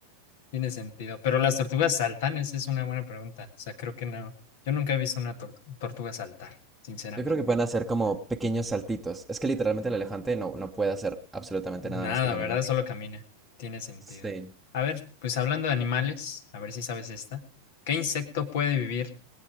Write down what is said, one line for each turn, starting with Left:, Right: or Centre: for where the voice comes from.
Left: Tiene sentido. Pero las tortugas saltan, esa es una buena pregunta. O sea, creo que no. Yo nunca he visto una tor- tortuga saltar, sinceramente.
Centre: Yo creo que pueden hacer como pequeños saltitos. Es que literalmente el elefante no, no puede hacer absolutamente
Left: Nada,
Centre: nada más que caminar.
Left: ¿verdad? Solo camina. Tiene sentido.
Centre: Sí.
Left: A ver, pues hablando de animales, a ver si sabes esta. ¿Qué insecto puede vivir